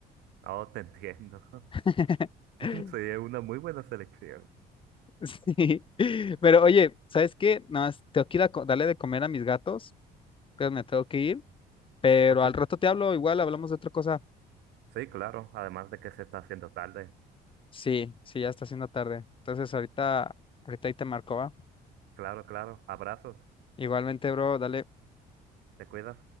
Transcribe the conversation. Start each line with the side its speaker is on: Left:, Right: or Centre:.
Right: Oh, te entiendo. <laughs>
Left: <laughs>
Right: Sí, es una muy buena selección.
Left: Sí, <laughs> pero oye, ¿sabes qué? Nada más tengo que ir a co- darle de comer a mis gatos, que me tengo que ir, pero
Right: Oh, sí,
Left: al rato te hablo, igual hablamos de otra cosa.
Right: sí, claro, además de que se está haciendo tarde.
Left: Sí, sí, ya está haciendo tarde. Entonces ahorita, ahorita ahí te marco, ¿va?
Right: Claro, claro. Abrazos,
Left: Igualmente, bro, dale.
Right: te cuidas.